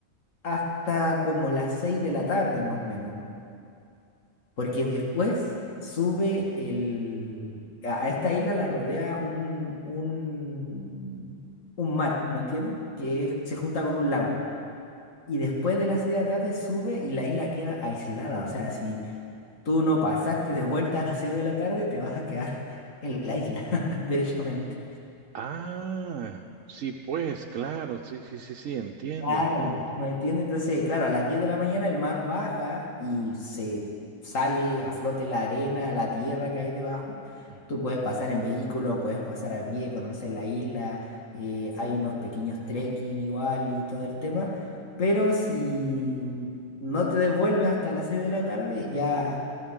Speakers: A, on the left (about 80°); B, on the right (about 80°).
A: hasta como las 6 de la tarde, más o menos. Porque
B: Oh,
A: después sube el... A a esta isla la rodea un, un, un mar, ¿me entiendes? Que es- se
B: Ujú.
A: junta con un lago. Y después de las 6 de la tarde sube y la isla queda aislada. O sea, si tú no pasaste de vuelta a las 6 de la tarde, te vas a quedar <laughs> en la isla, <laughs> derechamente.
B: Ah, sí, pues, claro, sí, sí, sí, sí, entiendo,
A: Claro,
B: entiendo.
A: ¿me entiendes? Entonces, claro, a las 10 de la mañana el mar baja y se sale a flote la arena, la tierra que hay debajo.
B: Ajá.
A: Tú puedes pasar en vehículo, puedes pasar a pie, conocer la isla, eh, hay unos pequeños trekking igual y todo el tema, pero si no te devuelves hasta las 6 de la tarde, ya